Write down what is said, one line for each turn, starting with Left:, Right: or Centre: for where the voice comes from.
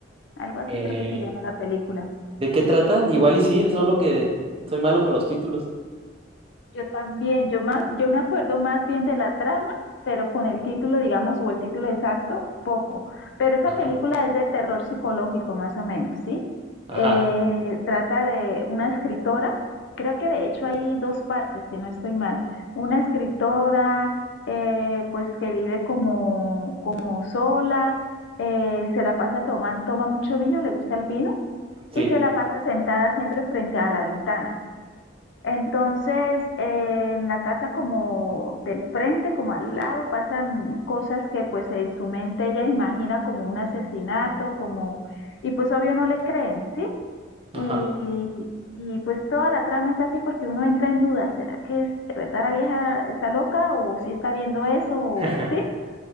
Left: Algo así
Right: Eh,
Left: creo que se llama la película.
Right: ¿de qué trata? Igual y sí, solo que soy malo con los títulos.
Left: Yo también, yo más, yo me acuerdo más bien de la trama, pero con el título, digamos, o el título exacto, poco. Pero esa
Right: Ajá.
Left: película es de terror psicológico, más o menos, ¿sí?
Right: Ajá,
Left: Eh, trata de una escritora, creo que de hecho hay dos partes, si no estoy mal. Una escritora, eh, pues que vive como, como sola, eh, se la pasa tomando, toma mucho vino, le gusta el vino,
Right: sí.
Left: y se la pasa sentada siempre frente a la ventana. Entonces, eh, en la casa como del frente, como al lado, pasan cosas que pues en su mente ella imagina como un asesinato, como, y pues obvio no le creen, ¿sí?
Right: Ajá.
Left: Y, y pues toda la trama es así porque uno entra en duda, ¿será que es, de verdad la vieja está loca o sí está viendo eso o
Right: <laughs>
Left: sí?